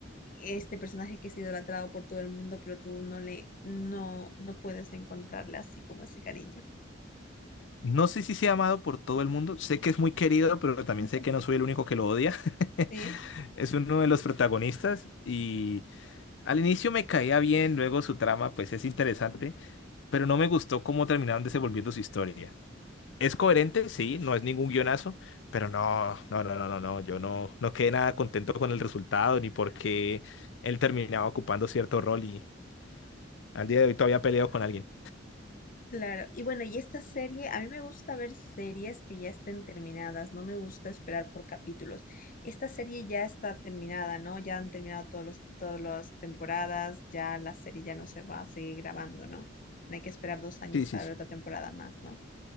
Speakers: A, on the left; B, on the left.
A: este personaje que es idolatrado por todo el mundo, pero tú no le, no, no puedes encontrarle así como ese cariño.
B: No sé si sea amado por todo el mundo, sé que es muy querido, pero también
A: Ujú.
B: sé que no soy el único que lo odia. <laughs>
A: Sí,
B: Es uno de los protagonistas y al inicio me caía bien, luego su trama pues es interesante, pero no me gustó cómo terminaron desenvolviendo su historia. Es coherente, sí, no es ningún guionazo, pero no, no, no, no, no, no, yo no, no quedé nada contento con el resultado ni porque él terminaba ocupando cierto rol y al día de hoy todavía peleo con alguien.
A: claro. Y bueno, y esta serie, a mí me gusta ver series que ya estén terminadas, no me gusta esperar por capítulos. Esta serie ya está terminada, ¿no? Ya han terminado todos los, todas las temporadas, ya la serie ya no se va a seguir grabando, ¿no? No hay que esperar dos años
B: Sí, sí,
A: para
B: sí.
A: ver otra temporada más, ¿no?